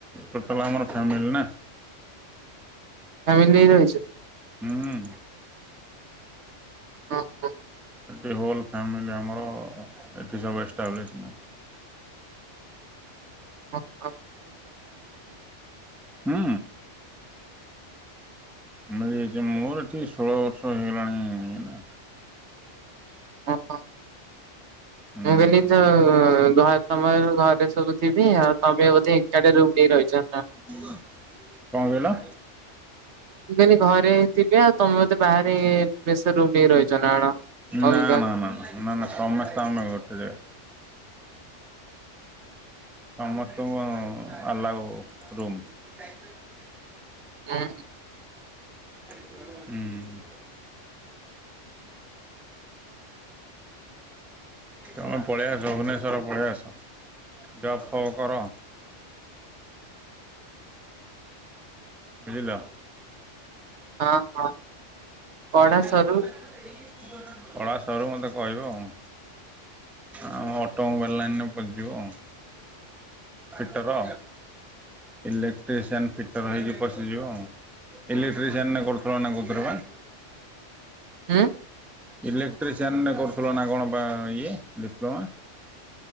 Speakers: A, in the centre; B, on the right.
A: ଟୋଟାଲ ଆମର ଫ୍ୟାମିଲି ନା
B: ଫ୍ୟାମିଲି ରହିଛ?
A: ହୁଁ ଉ।
B: ହଁ ହ।
A: ଏଠି ହୋଲ୍ ଫ୍ୟାମିଲି ଆମର ଏଠି ସବୁ ଏଷ୍ଟାବ୍ଲିସ୍ ନା।
B: ହଁ ହଁ।
A: ହୁଁ। ମିଳିଯାଇଛି ମୋର ଏଠି ଷୋହଳ ବର୍ଷ ହେଇଗଲାଣି ଏଇନା
B: ହଁ ହ।
A: ହୁଁ
B: ମୁଁ କହିଲି ତ ଯାହା ତମର ଘରେ ସବୁ ଥିବେ ଆଉ ତମେ ବୋଧେ ଏକାଟିଆ ରୁମ୍ ନେଇ ରହିଛ ନା?
A: କଣ କହିଲ?
B: ମୁଁ କହିଲି ଘରେ ଥିବେ ଆଉ ତମେ ବଧେ ବାହାରେ ପେସେ ରୁମ୍ ନେଇକି ରହିଚ ନା କଣ
A: ନା
B: ଅଲଗା
A: ନା ନା ନା ନା ନା ସମସ୍ତେ ଆମେ ଗୋଟେ ଜାଗାରେ। ସମସ୍ତଙ୍କୁ ଆଲାଉ ରୁମ୍। ଯାଇଥିଲି <unintelligible>
B: ହୁଁ।
A: ହୁଁ। ତମେ ପଳେଇ ଆସ ଭୁବନେଶ୍ଵର ପଳେଇ ଆସ। ଜବ୍ ଫବ୍ କର। ବୁଝିଲ?
B: ହଁ ହଁ। ପଢା
A: କଳା
B: ସରୁ
A: ସରୁ ମୋତେ କହିବ ଆଉ। ଆ ଅଟୋ ମୋବାଇଲ ଲାଇନରେ ପସଯିବ ଆଉ। ଫିଟର ଇଲେକ୍ଟ୍ରିସିଆନ୍ ଫିଟର୍ ହେଇକି ପଶିଯିବ ଆଉ। ଇଲେକ୍ଟ୍ରିସିଆନ ରେ କରୁଥିଲ ନା କୋଉଥିରେ ବା?
B: ହୁଁ
A: ଇଲେକ୍ଟ୍ରିସିଆନରେ କରୁଥିଲ ନା କଣ ବା ଇଏ ଡିପ୍ଲୋମା?